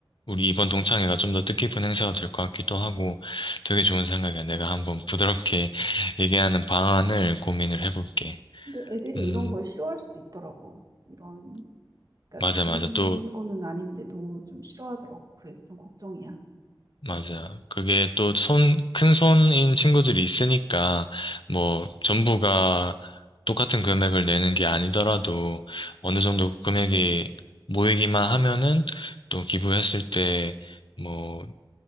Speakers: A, on the left; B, on the right.
A: 우리 이번 동창회가 좀 더 뜻깊은 행사가 될 것 같기도 하고 되게 좋은 생각이야. 내가 한번 부드럽게 <laughs> 얘기하는 방안을 고민을 해볼게.
B: 근데 애들이
A: 음,
B: 이런 걸 싫어할 수도 있더라고. 이런, 그러니까
A: 맞아,
B: 강요는
A: 맞아. 또.
B: 아닌데도 좀 싫어하더라고. 그래서 좀 걱정이야.
A: 맞아. 그게 또 손, 큰 손인 친구들이 있으니까, 뭐, 전부가 똑같은 금액을 내는 게 아니더라도, 어느 정도 금액이 모이기만 하면은, 또 기부했을 때, 뭐,